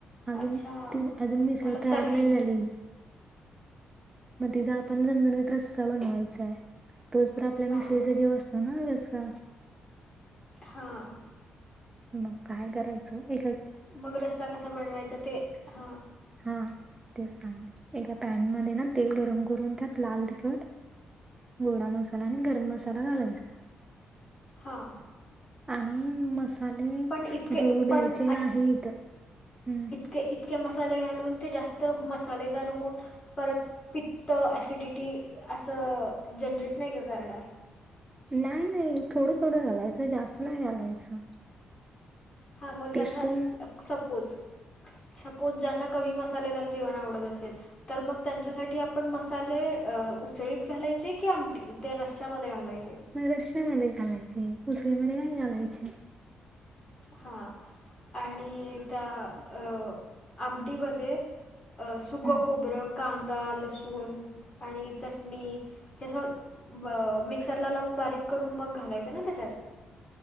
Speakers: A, on the right; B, on the left.
A: अजून
B: अच्छा
A: ते अजून मिसळ
B: त्याला
A: तयार
B: तर्री
A: नाही झाली मग तिचा आपण झणझणीत रस्सा बनवायचा आहे, तोच तर आपल्या मिसळीचा
B: हां
A: जीव अस असतो ना रस्सा?
B: हां
A: मग काय करायचं एक एक
B: मग रस्सा कसा बनवायचा ते हां
A: हां तेच सांगते, एका पॅन मध्ये ना तेल गरम करून त्यात लाल तिखट गोडा मसाला आणि गरम मसाला घालायचा.
B: हां
A: आणि मसाले
B: पण इतके
A: जळू द्यायचे
B: पण
A: नाहीत हम्म
B: ते इतके मसाले घालून ते जास्त मसालेदार होऊन परत पित्त, ॲसिडिटी असं जनरेट नाही का करणार?
A: नाही नाही, थोडं थोडं घालायचं जास्त नाही घालायचं
B: हां, मग ज्यांना
A: टीस्पून
B: सपोज, सपोज ज्यांना कमी मसालेदार जेवण आवडत असेल तर मग त्यांच्यासाठी आपण मसाले अ उसळीत घालायचे? कि आमटी त्या रस्यामध्ये घालायचे?
A: नाही रस्स्यामध्ये घालायची, उसळीमध्ये नाही घालायचे.
B: हां, आणि त्या अ आमटीमध्ये अ सुकं
A: हम्म
B: खोबरं, कांदा, लसूण आणि चटणी हे स मिक्सरला लावून, बारीक करून मग घालायचं ना त्याच्यात?